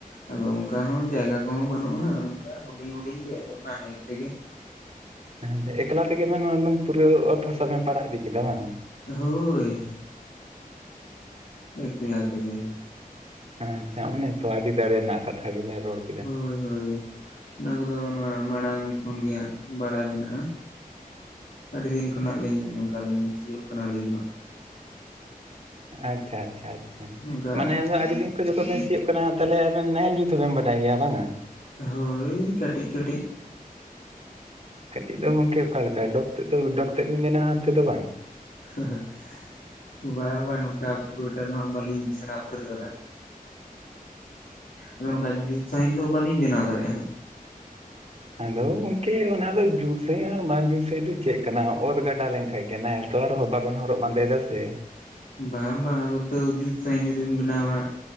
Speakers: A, on the left (about 70°); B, on the right (about 40°).
A: ᱟᱫᱚ ᱚᱱᱠᱟ ᱦᱚᱸ ᱡᱟᱭᱜᱟ ᱠᱚᱦᱚᱸ ᱵᱟᱹᱱᱩᱜᱼᱟ, ᱱᱚᱝᱠᱟ ᱦᱩᱰᱤᱧ ᱦᱩᱰᱤᱧ ᱜᱮ ᱟᱫᱚ ᱱᱟᱦᱮᱞ ᱛᱮᱜᱮ ᱾
B: ᱦᱮᱸ ᱮᱠᱞᱟ ᱛᱮᱜᱮ ᱵᱮᱱ ᱯᱩᱨᱟᱹᱣ ᱚᱛ ᱦᱟᱥᱟ ᱵᱮᱱ ᱯᱟᱲᱟᱜ ᱤᱫᱤ ᱠᱮᱫᱟ ᱵᱟᱝ?
A: ᱦᱳᱭ᱾ ᱮᱠᱞᱟ ᱛᱮᱜᱮ᱾
B: ᱟᱪᱦᱟ, ᱚᱱᱮ ᱛᱚ ᱟᱹᱰᱤ ᱫᱟᱲᱮ ᱨᱮᱱᱟᱜ ᱠᱟᱛᱦᱟ ᱜᱮ ᱵᱤᱱ ᱨᱚᱲ ᱾
A: ᱦᱳᱭ ᱦᱳᱭ, ᱚᱱᱟ ᱠᱚᱫᱚ ᱱᱚᱣᱟ ᱢᱟᱲᱟᱝ ᱠᱷᱚᱱ ᱜᱮ ᱦᱟᱸᱜ ᱵᱟᱲᱟᱭ ᱢᱮᱱᱟᱜᱼᱟ ᱾ ᱟᱹᱰᱤ ᱫᱤᱱ ᱠᱷᱚᱱᱟᱜ ᱞᱤᱧ ᱚᱱᱠᱟᱞᱤᱧ ᱥᱤᱭᱳᱜ ᱠᱟᱱᱟ ᱟᱹᱞᱤᱧ ᱫᱚ ᱦᱟᱜ ᱾
B: ᱟᱪᱪᱷᱟ ᱟᱪᱪᱷᱟ ᱟᱪᱪᱷᱟ,
A: ᱱᱚᱝᱠᱟ
B: ᱢᱟᱱᱮ ᱟᱹᱰᱤ ᱫᱤᱱ ᱠᱷᱚᱱ ᱡᱚᱠᱷᱚᱱ ᱵᱮᱱ ᱥᱤᱭᱳᱜ ᱠᱟᱱᱟ ᱛᱟᱦᱚᱞᱮ ᱟᱵᱮᱱ ᱱᱟᱦᱮᱞ ᱡᱩᱛ ᱦᱚ ᱵᱮᱱ ᱵᱟᱰᱟᱭ ᱜᱮᱭᱟ ᱵᱟᱝᱼᱟ?
A: ᱦᱳᱭ ᱠᱟᱹᱴᱤᱡ ᱠᱟᱹᱴᱤᱡ᱾
B: ᱠᱟᱹᱴᱤᱡ ᱫᱚ ᱜᱚᱢᱠᱮ ᱚᱠᱟ ᱞᱮᱠᱟ, ᱰᱚᱠ ᱛᱮᱫ ᱫᱚ ᱰᱚᱠᱛᱚᱨ ᱵᱮᱱᱟᱣᱟ ᱦᱟᱱᱛᱮ ᱫᱚ ᱵᱟᱝ,
A: ᱦᱮᱸ ᱦᱮᱸ᱾ ᱵᱟ ᱵᱟᱝ ᱱᱚᱝᱠᱟ ᱯᱩᱨᱟᱹᱴᱟᱜ ᱫᱚ ᱦᱟᱜ ᱵᱟᱹᱞᱤᱧ ᱥᱮᱬᱟ ᱩᱛᱟᱹᱨ ᱟᱠᱟᱫᱟ ᱾ ᱟᱫᱚ ᱱᱚᱝᱠᱟ ᱡᱩᱛ ᱥᱟᱺᱦᱤᱡ ᱫᱚ ᱵᱟᱹᱞᱤᱧ ᱵᱮᱱᱟᱣ ᱫᱟᱲᱮᱭᱟᱜᱼᱟ ᱦᱟᱸᱜ ᱾
B: ᱟᱫᱚ ᱜᱚᱢᱠᱮ ᱚᱱᱟ ᱫᱚ ᱡᱩᱛ ᱥᱟᱺᱦᱤᱡ ᱟᱨ ᱵᱟᱝ ᱡᱩᱛ ᱥᱟᱺᱦᱤᱡ ᱫᱚ ᱪᱮᱫ ᱠᱟᱱᱟ ᱚᱛ᱾ ᱠᱟᱴᱟ ᱞᱮᱱᱠᱷᱟᱡ ᱜᱮ ᱮᱠᱞᱟ ᱨᱮᱦᱚᱸ ᱵᱟᱵᱮᱱ ᱦᱚᱨᱚᱜ ᱵᱟᱸᱫᱮᱭᱟ ᱥᱮ
A: ᱵᱟᱝ ᱵᱟᱝ ᱟᱫᱚ ᱛᱚ ᱡᱩᱛ ᱥᱟᱺᱦᱤᱡ ᱡᱩᱫᱤᱵᱤᱱ ᱵᱮᱱᱟᱣᱼᱟ᱾